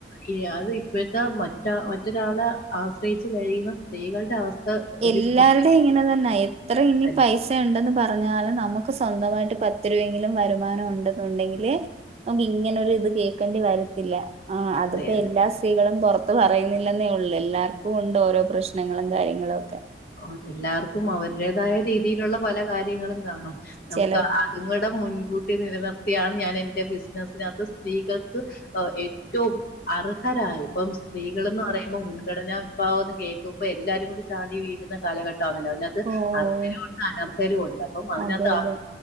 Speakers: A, on the left (about 55°); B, on the right (about 35°).
A: ഇയെ.. അത് ഇപ്പഴത്തെ മറ്റ മറ്റൊരാളെ ആശ്രയിച്ചു കഴിയുന്ന സ്ത്രീകള്ടെ അവസ്ഥ ഒരു
B: എല്ലാരുടെ
A: ഒട്ടും
B: ഇങ്ങനെ തന്നാ. എത്ര ഇനി
A: തന്നെ
B: പൈസ ത്തെ ഉണ്ടെന്ന് പറഞ്ഞാല് നമുക്ക് സ്വന്തമായിട്ട് പത്ത് രൂപയെങ്കിലും വരുമാനം ഉണ്ടെന്നുണ്ടെങ്കില് <unintelligible> മ്പി ഇങ്ങനെ ഒരു ഇത് കേക്കണ്ടിവരത്തില്ല. ആ അതിപ്പോ
A: അതെ, അതെ.
B: എല്ലാ സ്ത്രീകളും പുറ ത്ത് പറയുന്നില്ലെന്നേ ഒള്ളൂ. എല്ലാർക്കും ഉണ്ട് ഓരോ പ്രശ്നങ്ങളും കാര്യങ്ങളു ഒക്കെ
A: ഓഹ്, എല്ലാവർക്കും അവരുടേതായ രീതിയിലുള്ള പല കാര്യങ്ങളും കാണും. നമുക്ക്
B: ചിലർക്ക്
A: അ അതും കൂടെ മുൻകൂട്ടി നിലനിർത്തിയാണ് ഞാൻ എന്റെ ബിസിനസിനകത്ത് സ്ത്രീകൾക്ക് ഓഹ്, ഏറ്റവും അർഹരായ ഇപ്പം സ്ത്രീകള്ന്ന് പറയുമ്പോ മുൻഗണനാ വിഭാവംന്ന് കേൾക്കുമ്പോ എല്ലാരും കൂടി ചാടി വീ <unintelligible> ക്ന്ന കാലഘട്ടാണ് എല്ലാരും. അതിനകത്ത്
B: ഓ
A: അർഹരുണ്ട്, അനർഹരുണ്ട്. അപ്പം അതിനകത്ത്
B: അതെ അതെ